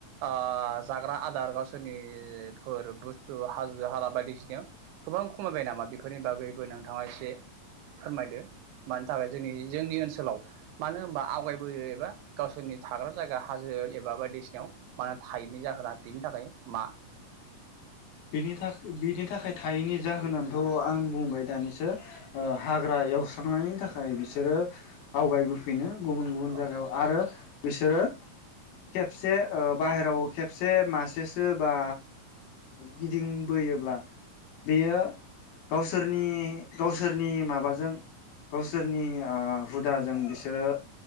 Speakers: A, on the right; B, on the left.
A: ओ जाग्रा आदार गावसोरनिफोर बुस्थु हाजो हाला बायदिसिनायाव गोबां खमायबाय नामा बेफोरनि बागैबो नोंथाङा एसे फोरमायदो। मानि थाखाय जोंनि जोंनि ओनसोलाव मानो होनबा आवगायबोयो एबा गावसोरनि थाग्रा जायगा हाजो एबा बायदिसिनायाव मा थायैनि जाहोना बेनि थाखाय मा
B: बिनि थाखाय बिनि थाखाय थायैनि जाहोनानोथ' आं बुंबाय दानिसो हाग्रा एवस्रांनायनि थाखाय बिसोरो आवगायबोफिनो गुबुन गुबुन
A: औ
B: जायगायाव आरो। बिसोरो खेबसे ओ बाहेराव खेबसे मासेसो बा गिदिंबोयोब्ला बेयो गावसोरनि गावसोरनि माबाजों। गावसोरनि ओ हुदाजों बिसोरो